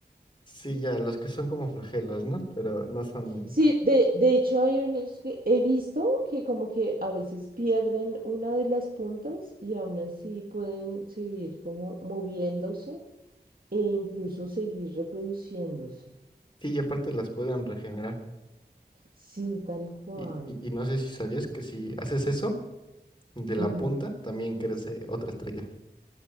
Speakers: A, on the left; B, on the right.
A: sí, ya, los que son como flagelos, ¿no? Pero no son.
B: Sí, de, de hecho hay unos que he visto que como que a veces pierden una de las puntas y aún así pueden seguir como moviéndose e incluso seguir reproduciéndose.
A: Sí, y aparte las pueden regenerar.
B: Sí, tal cual.
A: Y, y, y no sé si sabías que si haces eso, de la
B: Ujú.
A: punta también crece otra estrella.